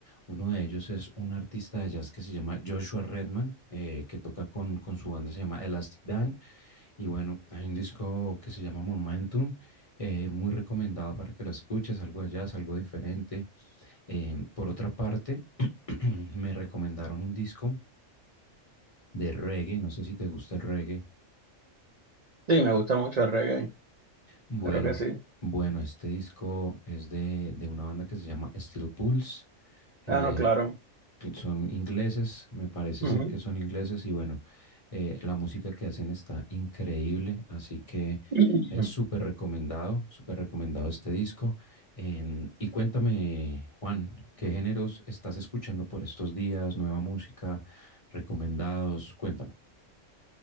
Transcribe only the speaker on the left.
Uno de ellos es un artista de jazz que se llama Joshua Redman, eh, que toca con, con su banda, se llama Elastic Dan, y bueno, hay un disco que se llama Momentum, eh, muy recomendado para que lo escuches, algo de jazz, algo diferente. Eh, por otra parte, <clears throat> me recomendaron un disco de reggae. No sé si te gusta el reggae.
Bueno,
bueno, este disco es de, de una banda que se llama Steel Pulse. Eh,
son ingleses, me parece
ser que son ingleses y bueno, eh, la música que hacen está increíble, así que
eh, súper recomendado, súper recomendado este disco. Em, y cuéntame, Juan, ¿qué géneros estás escuchando por estos días? ¿Nueva música? ¿Recomendados? Cuéntame.